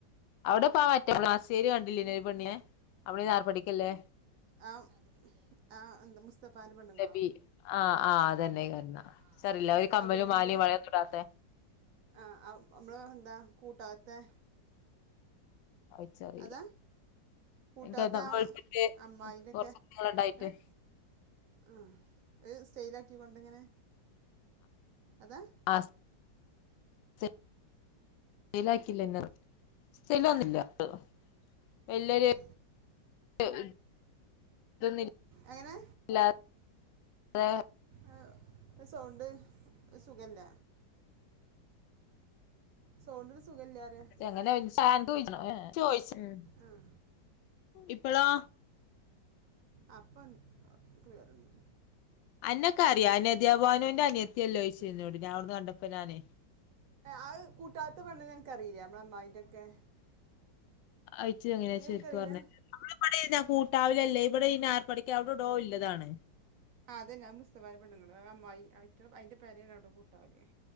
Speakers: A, on the left; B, on the right.
A: അവടെപ്പ മറ്റേ <unintelligible> കണ്ടില്ലേന് ഒരു പെണ്ണിനെ അവടെ നായർപഠിക്കല്ലേ
B: ആഹ് ആഹ് എന്ത് മുസ്തഫന്റെ പെണ്ണ്ങ്ങളോ
A: ലബി ആഹ് ആഹ് അതന്നെ കരുന്ന
B: ആ
A: ഇച്ചറീല്ല
B: മുസ്
A: ഒരു കമ്മലും
B: അബുആജിന്റെ
A: മാലയും വളയൊന്നും ഇടാത്തെ
B: ആഹ് നമ്മള ന്താ കൂട്ടാത്തെ
A: അത്ച്ചറില്ല
B: അതാ കൂട്ടാത്ത
A: <unintelligible>
B: ആ
A: വെൾത്ത്ട്ട്
B: അമ്മായിൻ്റെക്കെ
A: കൊറച് നീളണ്ടായിട്ട്
B: ഏഹ് ആഹ് ഒര് സ്റ്റേയിലാക്കി കൊണ്ട്ങ്ങനെ അതാ
A: ആ സ്റ്റൈലാക്കില്ല <unintelligible>
B: ആഹ്
A: <inaudible>
B: എങ്ങനെ
A: <inaudible>
B: ആ സൗണ്ട് ഒരു സുഖല്ല സോണ്ട്ന് സുഖല്യാതെ
A: <unintelligible>
B: ആഹ്
A: ഇപ്പളൊ
B: ആഹ് പ്പോ ക്ലിയറുണ്ട്
A: അന്നൊക്കറിയാ നധ്യഭാനുന്റെ അനിയത്തിയല്ലോയ്ച്ചിന്നോട് ഞാ അവ്ട്ന്ന് കണ്ടപ്പോനാനെ
B: ആഹ് കൂട്ടാത്ത പെണ്ണിനന്ക്കറിയില്ലേ നമ്മള അമ്മായിന്റൊക്കെ
A: അയിച്ച് എങ്ങന ശെരിക്ക്
B: എനിക്കറിയില്ല
A: പറഞാ ഇവള് ഇബ്ടെനാ കൂട്ടാവിലല്ലേ ഇബടെ ഇ നായർപ്പടിക്കെ അവ്ട ടോ ഇല്ലതാണ്
B: ആഹ് അതന്നെ മുസ്തഫാന്റെ പെണ്ങ്ങള് അമ്മായി ആഹ് അയിന്റെ പേരെണ് അവിടെ കൂട്ടാവിലേയ്